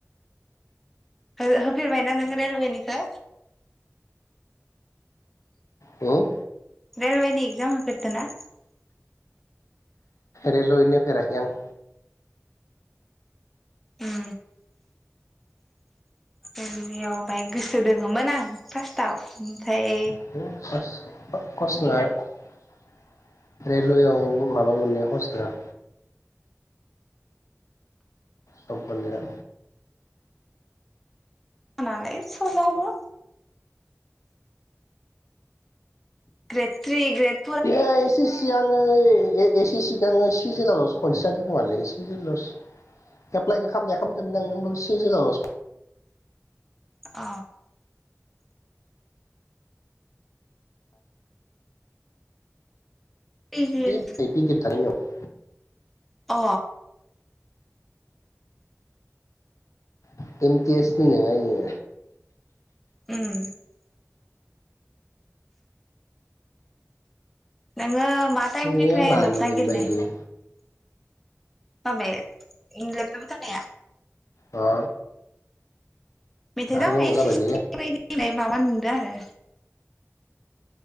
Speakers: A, in the centre; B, on the left (about 80°).
A: होर होफेरबायना नों रेलवेनिखो?
B: औ।
A: रेलवेनि एगजाम होफेरदोना?
B: रेलवेनि होफेराखै आं।
A: उम गिबिआव बाहाय गोसो दोंङोमोन आं फार्स्टआव ओमफाय
B: <unintelligible> रेलवेआवबो माबा मोननाया हहस नोङा। जब मोननाया।
A: आंनालाय सबावबो। ग्रेत थ्रि ग्रेत
B: बे एसे सिगाङो ए एसी सी खो आंङो सिगाङो। सिजेनावलसो खनसे जादो खोमालै सिजेनावसो। एप्लाइखो खामनाया खालामदोंमोन आंङो ओमबाबो सिजेलाव
A: अ। सिजिएल
B: <unintelligible>
A: अ।
B: <unintelligible> नि नोङा इयो।
A: उम। नोङो मा टाइमनिफ्राय
B: इयो मानि
A: ज'ब नागिरनाय?
B: मोनबा इयो
A: माबे उम लेपटपबाव थानाया?
B: अ।
A: <unintelligible>
B: आरो गोबाव
A: इस
B: जाबायलै
A: सि सि नि बायदि माबा नुदो आरो।